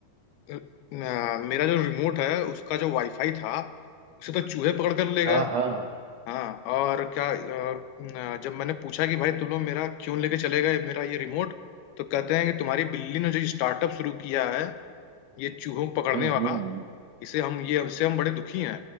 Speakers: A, on the left; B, on the right.
A: अ, मेरा जो रिमोट है उसका जो वाईफाई था उसे तो चूहे पकड़ कर ले
B: हाँ
A: गए
B: हाँ
A: हाँ और क्या और, न, जब मैंने पूछा कि भाई तुम लोग मेरा क्यों लेके चले गए मेरा ये रिमोट तो कहते हैं कि तुम्हारी बिल्ली ने जो स्टार्टअप शुरू किया है ये चूहों को पकड़ने
B: हम्म
A: वाला
B: हम्म
A: इसे हम ये हमसे हम बड़े दुखी हैं